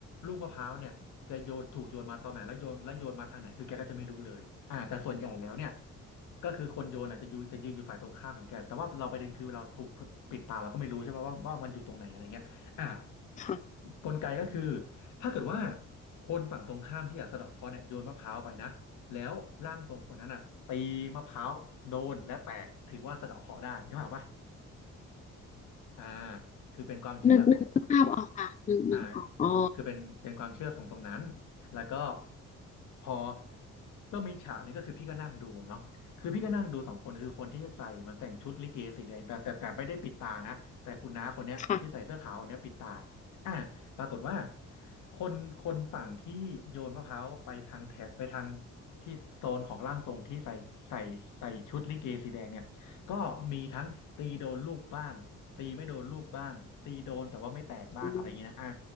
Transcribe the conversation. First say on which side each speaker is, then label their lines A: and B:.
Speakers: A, on the left (about 80°); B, on the left (about 25°).
A: ลูกมะพร้าวเนี่ยจะโยนถูกโยนมาตอนไหนแล้วโยนแล้วโยนมาทางไหนคือแกก็จะไม่รู้เลยอ่าแต่ส่วนใหญ่แล้วเนี่ยก็คือคนโยนอ่ะจะยืนจะยืนอยู่ฝ่ายตรงข้ามของแกแต่ว่าเราประเด็นคือเราถูกปิดตาเราก็ไม่รู้ใช่ป่ะว่าว่ามันอยู่ตรงไหนอะไรเงี้ยอ่า
B: ค่ะ
A: กลไกก็คือถ้าเกิดว่าคนฝั่งตรงข้ามที่อยากสะเดาะเคราะห์เนี่ยโยนมะพร้าวไปนะแล้วร่างทรงคนนั้นอ่ะตีมะพร้าวโดนและแตกถือว่าสะเดาะเคราะห์ได้นึกออกปะอ่าคือเป็นความเชื่อของ
B: นึกนึกภาพออกค่ะนึกนึกออกอ๋อ
A: อ่าคือเป็นเป็นความเชื่อของตรงนั้นแล้วก็พอก็มีฉากนี้ก็คือพี่ก็นั่งดูเนาะคือพี่ก็นั่งดูสองคนคือคนที่ใส่เหมันแต่งชุดลิเกสีแดงแต่แต่แต่ไม่ได้ปิดตานะแต่คุณน้าคนเนี้ยที่ใส่เสื้อขาวอันเนี้ยปิดตา
B: ค่ะ
A: อ่าปรากฏว่าคนคนฝั่งที่โยนมะพร้าวไปทางแถบไปทางที่โซนของร่างทรงที่ใส่ใส่ใส่ชุดลิเกสีแดงเนี่ยก็มีทั้งตีโดนลูกบ้าง ตีไม่โดนลูกบ้างตีโดนแต่ว่าไม่แตกบ้างอะไรอย่างเงี้ยนะอ่า
B: อืม